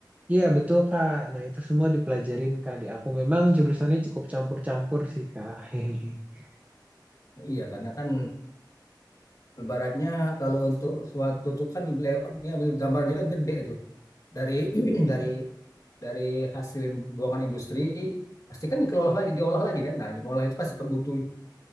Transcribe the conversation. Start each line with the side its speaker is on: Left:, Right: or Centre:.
Right: Iya, betul, Kak. Nah, itu semua dipelajarin, Kak, di aku. Memang jurusannya cukup campur-campur sih, Kak. <laughs>
Left: Iya, karena kan ibaratnya kalau untuk suatu tuh kan layoutnya, gambarnya kan gede tuh. Dari <clears throat> dari dari hasil buangan industri pasti kan dikelola lagi, diolah lagi kan. Nah, diolah itu pasti butuh